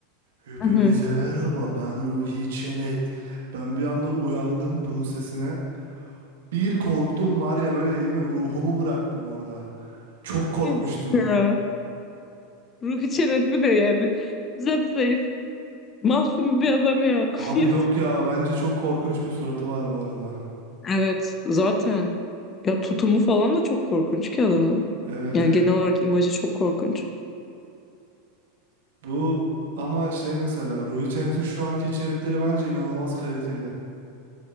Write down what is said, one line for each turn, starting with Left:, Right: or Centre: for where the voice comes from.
Right: Hepinize
Left: Hı hı.
Right: merhaba, ben Ruhi Çenet. Ben bir anda uyandım bunun sesine. Bir korktum var ya böyle yemin ruhumu bıraktım orada. Çok korkmuştum.
Left: Yazık ya. Ruhi Çenet bir de yani. Zayıf, Masum bir adam ya.
Right: Abi
Left: <laughs> Yazık.
Right: yok ya bence çok korkunç bir suratı var bu arada.
Left: Evet zaten. Ya tutumu falan da çok korkunç ki adamın.
Right: Evet
Left: Yani genel olarak imajı çok korkunç.
Right: bu ama şey mesela Ruhi Çenet'in şu anki içerikleri bence inanılmaz kaliteli.